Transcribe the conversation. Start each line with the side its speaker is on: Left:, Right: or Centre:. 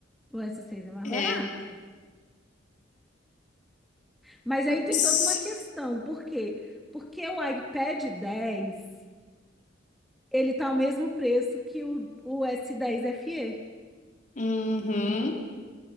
Centre: o s seis é mais
Left: É.
Centre: barato. Mas
Left: Putz.
Centre: aí tem toda uma questão, por quê? Porque o iPad dez Ele tá ao mesmo preço que o, o S10 FE.
Left: Uhum.